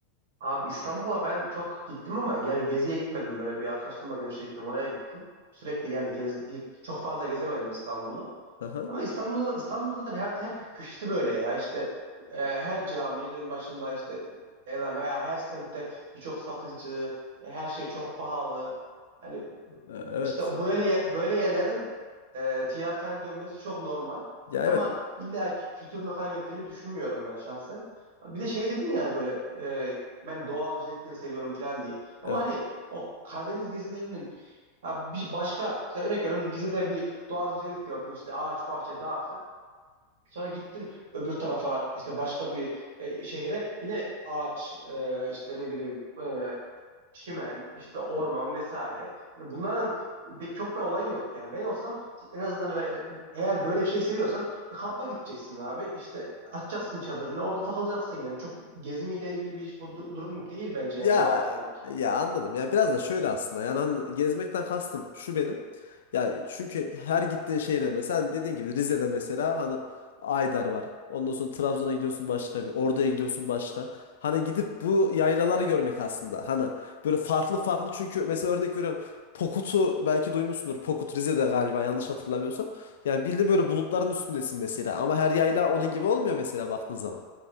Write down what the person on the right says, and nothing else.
Abi İstanbul'a ben çok gittim ama yani geziye gitmedim. Böyle bir arkadaşlarımla görüşe gittim. Oraya gittim. Sürekli yani gez, gidip çok fazla gezemedim İstanbul'u.
Ama İstanbul'da İstanbul zaten her her kö- köşesi böyle ya. İşte e, her caminin başında işte ya da veya her semtte birçok satıcı, e, her şey çok pahalı. Yani
İşte böyle ye- böyle yerlerin e, ticaret haline dönmesi çok normal.
Ama
illa ki kültürünü kaybettiğini düşünmüyorum ben şahsen. Bir de şey dedin yani böyle e, ben doğal güzellikleri seviyorum falan diye. Ama
hani o Karadeniz gezilerinin ya bir başka mesela örnek veriyorum Rize'de bir doğal güzellik gördün işte ağaç, bahçe, dağ falan. Sonra gittin öbür tarafa işte başka bir e, şehre yine ağaç e, işte ne bileyim e, çimen işte orman vesaire. Yani bunların bir- çok bir olayı yok yani. Ben olsam en azından böyle- eğer böyle bir şey seviyorsan bir kampa gideceksin abi. İşte açacaksın çadırını orada takılacaksın yani. Çok gezimiyle ilgili bir bu du- durum değil bence yani
doğa sevmek.